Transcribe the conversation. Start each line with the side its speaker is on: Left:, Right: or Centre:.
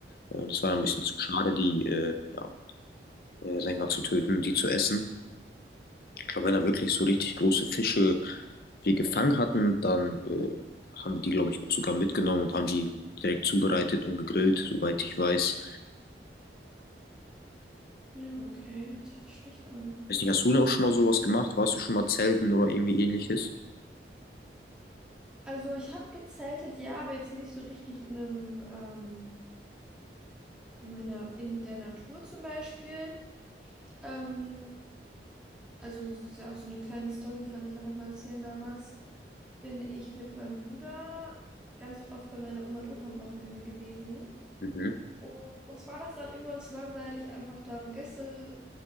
Left: Ja, das war ein bisschen zu schade, die, äh, ja, äh, sag ich mal, zu töten, die zu essen. Ich glaube, wenn da wirklich so richtig große Fische wir gefangen hatten, dann äh, haben wir die, glaube ich, auch sogar mitgenommen und haben die direkt zubereitet und gegrillt, soweit ich weiß.
Centre: Ja, okay, hört sich nicht schlecht an.
Left: Weiß nicht, hast du denn auch schon mal sowas gemacht? Warst du schon mal zelten oder irgendwie ähnliches?
Centre: Also ich habe gezeltet, ja, aber jetzt nicht so richtig in einem, ähm, irgendwie na in der Natur zum Beispiel. Ähm, also es ist ja auch so eine kleine Story, kann ich ja nochmal erzählen. Damals bin ich mit meinem Bruder ganz oft bei meiner Oma und Opa am Wochenende gewesen.
Left: Mhm.
Centre: Und uns war das dann irgendwann zu langweilig, einfach da im Gäste